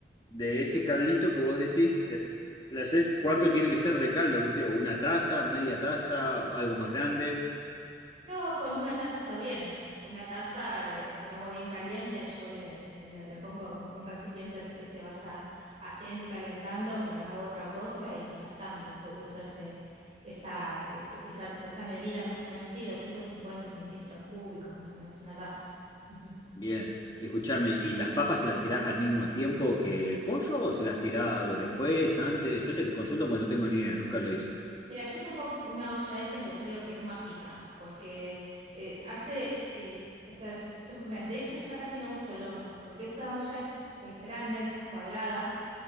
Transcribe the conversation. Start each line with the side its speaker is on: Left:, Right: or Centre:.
Left: de ese caldito que vos decís que le haces, ¿cuánto tiene que ser de caldo, viste? O una taza, media taza, o algo más grande.
Right: No, con una taza está bien. Una taza eh, con agua bien caliente, yo le, eh, le- le pongo como en un recipiente así que se vaya haciendo y calentando mientras hago otra cosa y ya está. Y uso, uso ese, esa, es- esa, esa medida más o menos, sí, 250 centímetros cúbicos más o menos, una taza. Ujú.
Left: Bien. Y escúchame, ¿y las papas se las tirás al mismo tiempo que el pollo o se las tirás después, antes? Yo te consulto porque no tengo ni idea, nunca lo hice.
Right: Mira, yo tengo una olla en que yo le digo que es mágica, porque eh, hace, eh, o sea, yo- yo- me- de hecho ya casi no uso el horno, porque esa olla es, es grande, esas cuadradas